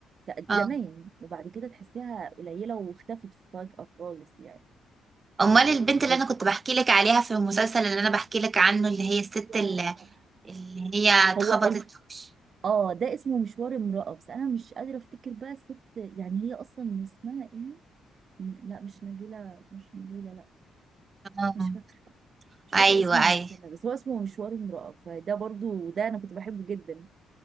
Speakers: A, on the right; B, on the right.
A: كانت
B: اه
A: زمان وبعد كده تحسيها قليلة واختفت فجأة خالص يعني
B: امال البنت اللي
A: بس
B: انا كنت بحكي لك عليها في المسلسل اللي انا بحكي لك عنه اللي هي الست
A: يا
B: اللي,
A: رب.
B: اللي هي اتخبطت
A: هو الم...
B: في وشها.
A: اه ده اسمه مشوار امرأة بس انا مش قادرة افتكر بقى الست يعني هي اصلا اسمها ايه م- لا مش نبيلة مش نبيلة لا
B: اه
A: مش فاكرة مش
B: ايوه
A: فاكرة اسم الممثلة
B: ايوه
A: بس هو اسمه مشوار امرأة فده برضو ده انا كنت بحبه جدا